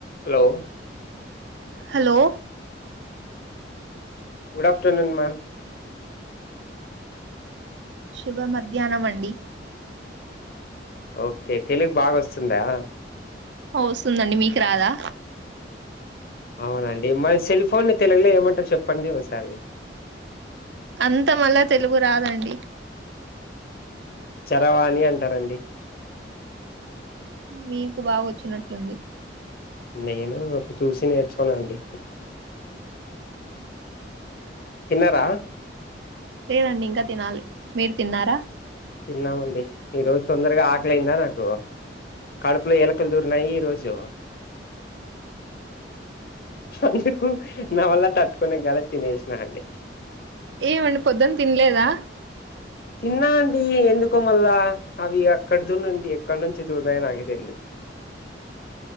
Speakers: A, on the left; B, on the right.
A: Hello
B: hello
A: good afternoon ma'am
B: శుభ మధ్యాహ్నం అండి
A: ఓకే తెలుగు బాగోస్తుందా
B: వస్తుందండి మీకు రాదా
A: అవునండి మరి సెల్ ఫోన్ ని తెలుగులే ఏమంటారు చెప్పండి ఒకసారి
B: అంత మళ్ళా తెలుగు రాదండి
A: చరవాణి అంటారండి
B: మీకు బాగా వచ్చినట్లుంది
A: నేను అప్పుడు చూసి నేర్చుకున్నా అండి తిన్నారా
B: లేదండి ఇంకా తినాలి మీరు తిన్నారా
A: తిన్నామండి ఈ రోజు తొందరగా ఆకలి అయిందా నాకు కడుపులో ఎలకలు దురినాయి ఈరోజు అందుకు నా వల్ల తట్టుకునే కల తినేసిన అండి
B: ఏమండి పొద్దున్న తినలేదా
A: తిన్న అండి ఎందుకో మళ్ళా అవి అక్కడ దు ఎక్కడి నుంచి దూరినయో నాకు తిలేదు